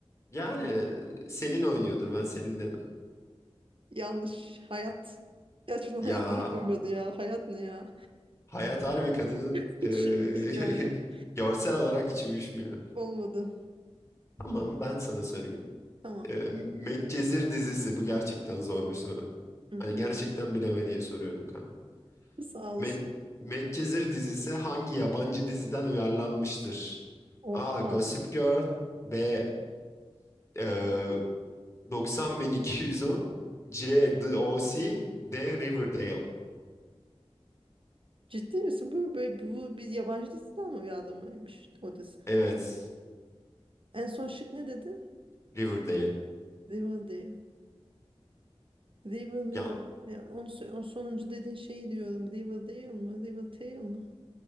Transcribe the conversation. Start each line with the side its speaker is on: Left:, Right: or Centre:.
Left: Yani e, Selin oynuyordur ben Selin dedim.
Right: Yanlış. Hayat. Gerçekten
Left: Ya
Right: hayatta hiç uymadı ya. Hayat ne ya?
Left: Hayat Harbi kadının
Right: <laughs> Hiç
Left: e,
Right: şey değil yani.
Left: <laughs> görsel olarak hiç uyuşmuyor.
Right: Olmadı.
Left: Tamam ben sana sorayım.
Right: Tamam.
Left: E, Medcezir dizisi bu gerçekten zor bir soru.
Right: Hı
Left: Hani
Right: hı.
Left: gerçekten bileme diye soruyorum kanka.
Right: Sağ olasın.
Left: Med, Medcezir dizisi hangi yabancı diziden uyarlanmıştır? A.
Right: Oha.
Left: Gossip Girl B. E, 90210 C. The O C. D. Riverdale
Right: Ciddi misin? Bu, bu, bu bir yabancı diziden mi uyarlamaymış o dizi?
Left: Evet
Right: En son şık ne dedin?
Left: Riverdale.
Right: Riverdale. Riverdale.
Left: Ya
Right: E, onu, sö- o sonuncu dediğin şeyi diyorum. Riverdale mı? Riverdale mı?